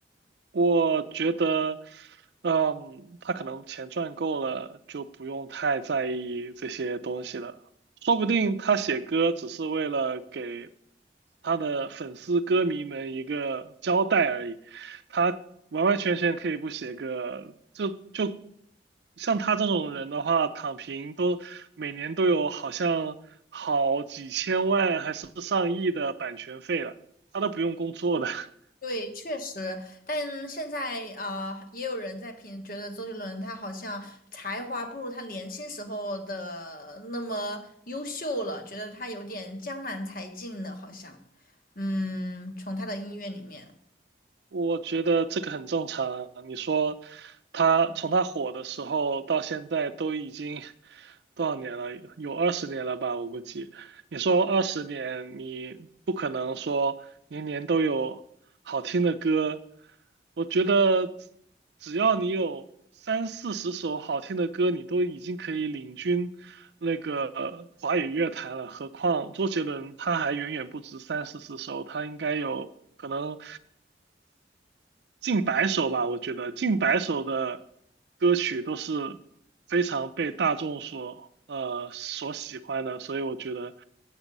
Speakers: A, on the right (about 65°); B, on the left (about 50°).
A: 我觉得，嗯，他可能钱赚够了，就不用太在意这些东西了。说不定他写歌只是为了给他的粉丝歌迷们一个交代而已，他完完全全可以不写歌，就就像他这种人的话，躺平都每年都有好像好几千万还是上亿的版权费了，他都不用工作的。<laughs>
B: 对，确实，但现在啊、呃也有人在评，觉得周杰伦他好像才华不如他年轻时候的那么优秀了，觉得他有点江南才尽了，好像，嗯，从他的音乐里面。
A: 我觉得这个很正常啊。你说他从他火的时候到现在都已经多少年了？有二十年了吧，我估计。你说二十年，你不可能说年年都有好听的歌。我觉得只要你有三四十首好听的歌，你都已经可以领军那个华语乐坛了。何况周杰伦他还远远不止三四十首，他应该有可能近百首吧，我觉得近百首的歌曲都是非常被大众所呃所喜欢的，所以我觉得